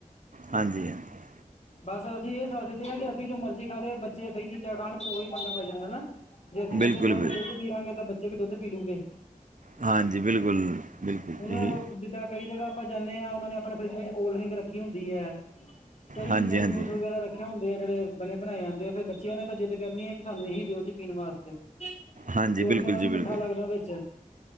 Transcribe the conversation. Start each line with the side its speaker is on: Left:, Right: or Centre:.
Right: ਹਾਂਜੀ ਹਾਂਜੀ
Left: ਬਸ ਅਸੀਂ ਇਹ ਸੋਚਦੇ ਹਾਂ ਕਿ ਅਸੀਂ ਜੋ ਮਰਜ਼ੀ ਖਾ ਲਈ ਏ ਬੱਚੇ ਸਹੀ ਚੀਜ਼ਾਂ ਖਾਣ ਪਰ ਉਹੀ ਪੰਗਾ ਪੈ ਜਾਂਦਾ ਨਾ ਜੇ ਅਸੀਂ
Right: ਬਿਲਕੁਲ
Left: ਬੱਚੇ ਦੇ ਸਾਮਣੇ
Right: ਬਿਲ
Left: ਦੁੱਧ ਪੀ ਲਾਂਗੇ ਤਾਂ ਬੱਚੇ ਵੀ ਦੁੱਧ ਪੀ ਲੂਗੇ।
Right: ਹਾਂਜੀ ਬਿਲਕੁਲ, ਬਿਲਕੁਲ
Left: ਹੁਣ
Right: ਇਹੀ।
Left: ਜਿੱਦਾਂ ਕਈ ਜਗ੍ਹਾ ਆਪਾਂ ਜਾਂਨੇ ਆ ਉਨਾਂ ਨੇ ਆਪਣੇ ਫਰਿੱਜ ਵਿੱਚ ਕੋਲਡ ਡਰਿੰਕ ਰੱਖੀ ਹੁੰਦੀ ਏ। ਕਈ
Right: ਹਾਂਜੀ
Left: ਚੀਜ਼ਾਂ ਦੇ
Right: ਹਾਂਜੀ
Left: ਜੂਸ ਵਗੈਰਾ ਰੱਖੇ ਹੁੰਦੇ ਆ ਜਿਹੜੇ ਬਣੇ ਬਣਾਏ ਆਦੇ ਆ ਫੇਰ ਬੱਚਿਆਂ ਨੇ ਤਾਂ ਜਿੱਦ ਕਰਨੀ ਆ ਕੇ ਸਾਨੂੰ ਇਹੀ ਦਿਓ ਜੀ ਪੀਣ ਵਾਸਤੇ, ਕਿਉਂਕਿ
Right: ਹਾਂਜੀ ਬਿਲਕੁਲ
Left: ਉਨਾ
Right: ਜੀ
Left: ਨੂੰ
Right: ਬਿਲਕੁਲ
Left: ਮਿੱਠਾ ਲੱਗਦਾ ਵਿੱਚ।